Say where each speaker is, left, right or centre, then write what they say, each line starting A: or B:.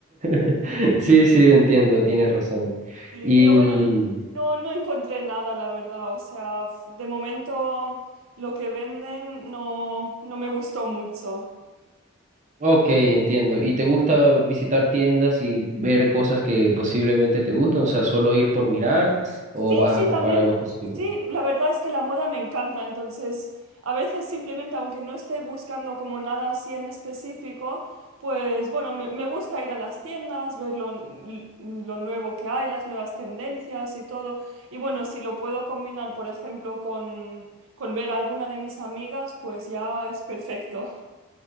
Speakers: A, on the right; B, on the right.
A: <laughs> Sí, sí, entiendo, tienes razón.
B: Sí,
A: Y,
B: pero
A: mm,
B: bueno, no, no encontré nada, la verdad. O sea, f- de momento lo que venden no, no me gustó mucho.
A: ok, entiendo. ¿Y te gusta visitar tiendas y ver cosas que posiblemente te gustan? O sea, solo ir por mirar o
B: Sí,
A: vas a
B: sí,
A: comprar
B: también,
A: algo específico?
B: sí, la verdad es que la moda me encanta, entonces a veces simplemente, aunque no esté buscando como nada así en específico, pues bueno, me, me gusta ir a las tiendas, ver lo, n- lo nuevo que hay, las nuevas tendencias y todo. Y bueno, si lo puedo combinar, por ejemplo, con, con ver a alguna de mis amigas, pues ya es perfecto.